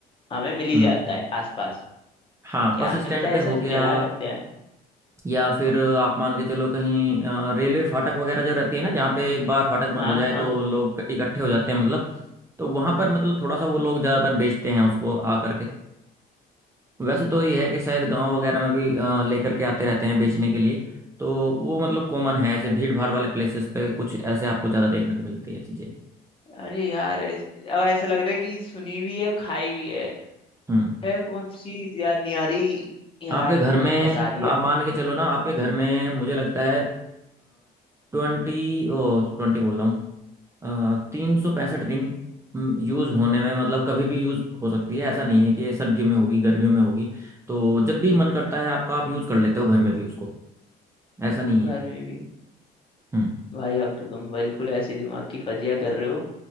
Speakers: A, on the left (about 30°); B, on the right (about 15°).
A: हमें मिल ही
B: हम्म।
A: जाता है आसपास
B: हाँ
A: क्या
B: बस
A: मिलता
B: स्टैंड
A: है
B: पे
A: ऐसा
B: हो
A: जो
B: गया
A: जला सकते हैं
B: या फिर आप मान के चलो कहीं अ, रेलवे फाटक वगैरह जो रहती है ना जहाँ पे एक बार फाटक
A: हाँ
B: बंद हो जाए
A: हाँ
B: तो लोग इकट्ठे हो जाते हैं मतलब तो वहां पर मतलब थोड़ा सा वो लोग ज्यादातर बेचते हैं उसको आ करके वैसे तो ये है कि शायद गांव वगैरह में भी अ, लेकर के आते रहते हैं बेचने के लिए तो वो मतलब कॉमन है ऐसे भीड़ भाड़ वाले प्लेसेस पे कुछ ऐसे आपको ज़्यादा देखने को मिलती है चीज़ें
A: अरे यार ऐस- अब ऐसा लग रहा है कि सुनी भी है और खाई भी है
B: हम्म
A: ए, कौन सी चीज याद नहीं आ रही यार
B: आपके घर
A: तुमने
B: में
A: तो फंसा दिया
B: आप मान के चलो ना आपके घर में मुझे लगता है ट्वेंटी ओ ट्वेंटी बोल रहा हूँ तीन सौ पैंसठ दिन यूज़ होने में मतलब कभी भी यूज़ हो सकती है ऐसा नहीं है कि ये सर्दियों में होगी गर्मियों में होगी तो जब भी मन करता है आपका आप यूज़ कर लेते हो घर में भी उसको ऐसा नहीं
A: घर
B: है
A: में भी
B: हम्म
A: भाई अब तो तुम बिल्कुल ऐसे दिमाग की फजिया कर रहे हो